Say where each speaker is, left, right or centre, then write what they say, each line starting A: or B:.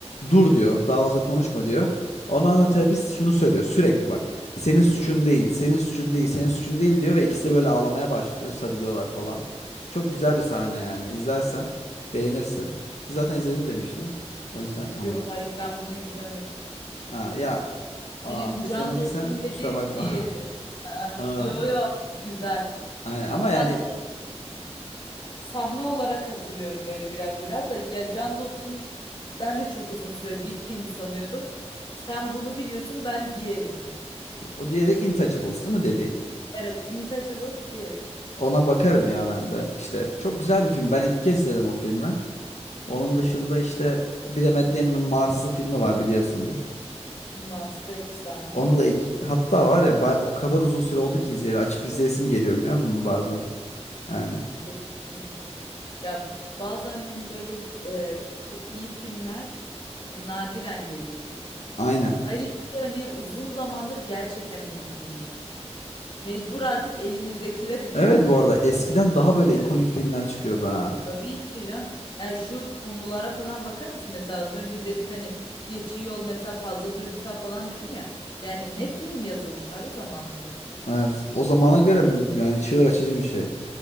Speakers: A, on the left; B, on the left.
A: Dur diyor, daha fazla konuşma diyor. Ondan sonra terapist şunu söylüyor sürekli bak. Senin suçun değil, senin suçun değil, senin suçun değil diyor ve ikisi de böyle ağlamaya başlıyor, sarılıyorlar falan. Çok güzel
B: Hı.
A: bir sahne yani. İzlersen beğenirsin. Ki zaten izledim demiştin. O yüzden anlattım.
B: Yok hayır ben bunu izlemedim.
A: Ha, ya aa,
B: Benim can
A: izlemediysen
B: dostum dediğim
A: kusura bakma.
B: diğeri.
A: <laughs>
B: Aa,
A: Aa,
B: yo yo güzel.
A: aynen. Ama
B: Şu
A: yani
B: an sahne olarak hatırlıyorum böyle biraz biraz da ya can dostum ben de çok uzun süre bir film sanıyordum. Sen bunu biliyorsun ben diğerini.
A: o diğeri Intouchables değil mi dediğin?
B: Evet Intouchables diğeri.
A: Ona bakarım ya ben de. İşte çok güzel bir film. Ben ilk kez izledim o filmi. Onun dışında işte bir de Matt Damon'ın Mars'ı filmi var biliyorsundur.
B: Mars'ta efsane
A: Onu
B: ya.
A: da ilk, hatta var ya baya, o kadar uzun süre oldu ki izleyeli. Açıp izleyesim geliyor biliyor musun bazen? Yani.
B: Kesinlikle. Ya bazen hani böyle e, çok iyi filmler hani nadiren geliyor.
A: Aynen.
B: Hayır hani uzun zamandır gerçekten iyi film yok. Mecbur artık elimizdekileri
A: Evet bu arada
B: <laughs>
A: eskiden daha
B: göreceğiz.
A: böyle ikonik filmler çıkıyordu ha.
B: Tabii ki ya. Ya şu konulara falan bakar mısın? Mesela az önce dedik hani geçiyor yol mesela fazla duygusal falan dedim ya. Yani ne film yazılmış abi zamanında.
A: Evet. O zamana göre m- yani çığır açıcı bir şey.